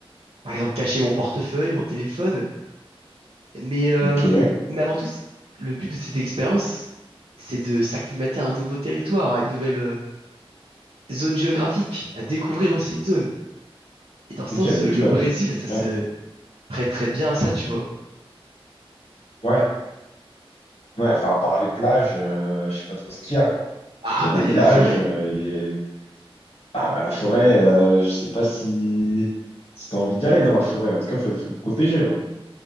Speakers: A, on the right; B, on the left.
A: par exemple cacher mon portefeuille, mon téléphone. Mais, euh,
B: Ok.
A: mais avant tout, c'est- le but de cette expérience, c'est de s'acclimater à un nouveau territoire, à une nouvelle euh, zone géographique, à découvrir aussi une zone. Et dans ce
B: Ok,
A: sens,
B: donc
A: euh, le
B: tu
A: Brésil,
B: vas.
A: ça se
B: Ouais,
A: prête très bien à ça, tu vois.
B: ouais, ouais. Enfin, à part les plages, euh, je sais pas trop ce qu'il y a, quoi.
A: Ah
B: Il y a des
A: bah
B: plages.
A: il y a la forêt.
B: euh, et- Ah, bah, la forêt, euh, je sais pas si, si t'as envie d'y aller dans la forêt. En tout cas, faut, faut te protéger. hein.